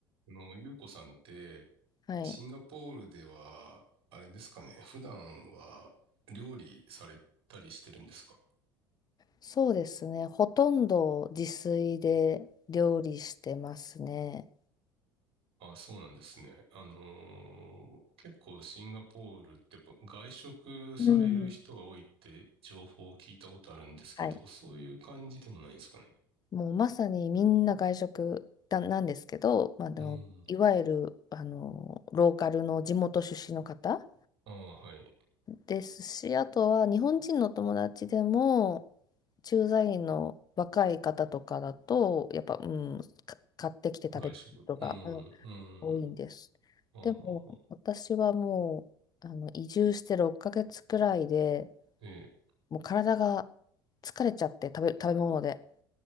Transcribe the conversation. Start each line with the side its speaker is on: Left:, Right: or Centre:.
Right: あの、ゆうこさんって、
Left: はい。
Right: シンガポールでは、あれですかね、普段は料理されたりしてるんですか
Left: そうですね。ほとんど自炊で料理してますね。
Right: あ、そうなんですね。あのー結構シンガポールってやっぱ外食される人が多いって情報を聞いたことあるんですけど、
Left: うん。はい。
Right: そういう感じでもないですかね。
Left: もうまさにみんな外食だなんですけど、まあ、でもいわゆるあのローカルの地元出身の方
Right: うん。ああ、はい。
Left: ですし、あとは日本人の友達でも駐在員の若い方とかだと、やっぱ、うん、か買ってきて食べる人が、
Right: 外食。うん、
Left: うん
Right: うん。
Left: 多いんです。
Right: あはは。
Left: でも私はもうあの移住して6ヶ月くらいで
Right: ええ。
Left: もう体が疲れちゃって食べ、食べ物で、